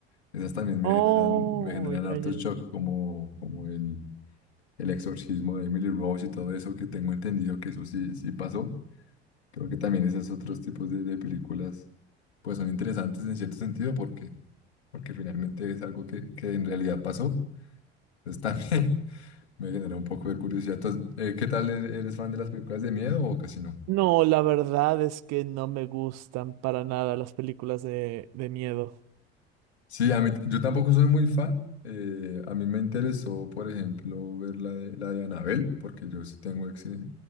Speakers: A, on the left (about 75°); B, on the right (about 50°).
A: esas también me
B: oh,
A: generan, me generan
B: ya,
A: harto
B: ya,
A: shock,
B: ya.
A: como, como el el exorcismo de Emily Rose y todo eso, que tengo entendido que eso sí, sí pasó. Creo que también esos otros tipos de, de películas, pues son interesantes en cierto sentido, porque, porque finalmente es algo que, que en realidad pasó. Entonces también <laughs> me genera un poco de curiosidad. Entonces, eh, ¿qué tal er- eres fan de las películas de miedo o casi no?
B: No, la verdad es que no me gustan para nada las películas de, de miedo.
A: Sí, a mí, t- yo tampoco soy muy fan. Eh, a mí me interesó, por ejemplo, ver la de, la de Annabelle, porque yo sí tengo, ex, he